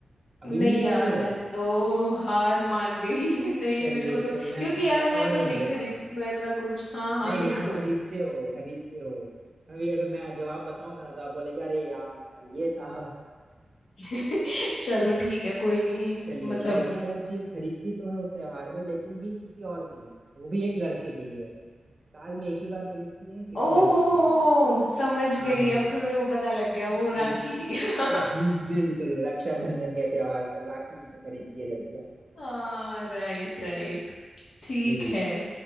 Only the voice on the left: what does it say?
नहीं
यार
मैं तो हार मान गई <laughs> नहीं
मेरे को तो
क्योंकि
यार
मैं
तो नहीं
खरीदती
हूँ ऐसा कुछ हाँ हाँ
हिंट
दो
<laughs> चलो
ठीक है कोई नहीं
मतलब
ओहो
हो समझ
गई
अब तो
मेरे को पता लग गया वो
राखी <laughs>
हाँ राइट राइट ठीक
है